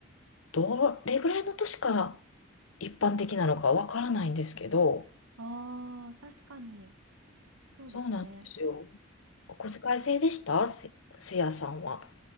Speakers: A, on the left; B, on the right.
A: どれぐらいの年から一般的なのかわからないんですけど、
B: ああ、確かに。そうですね。
A: そうなんですよ。お小遣い制でしたす、すやさんは。